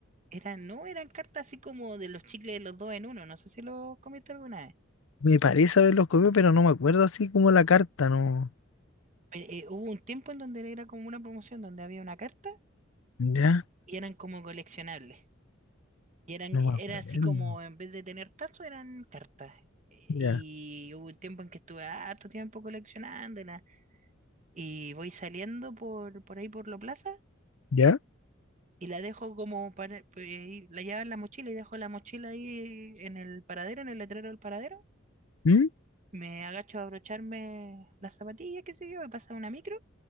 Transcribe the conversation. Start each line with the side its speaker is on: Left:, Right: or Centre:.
Right: eran, no eran cartas así como de los chicles de los dos en uno. No sé si lo comiste alguna vez.
Left: Me parece haberlos comido, pero no me acuerdo así como la carta, no.
Right: Pero, eh, hubo un tiempo en donde era como una promoción donde había una carta
Left: Ya,
Right: y eran como coleccionables. Y eran,
Left: no
Right: era
Left: me acuerdo.
Right: así como, en vez de tener tazos, eran cartas. Eh,
Left: Ya.
Right: Y hubo un tiempo en que estuve harto tiempo coleccionándola. Y voy saliendo por, por ahí por la plaza
Left: ¿Ya?
Right: y la dejo como para, pues, ahí, la llevo en la mochila y dejo la mochila ahí en el paradero, en el letrero del paradero.
Left: ¿Mm?
Right: Me agacho a abrocharme las zapatillas, qué sé yo, me pasa una micro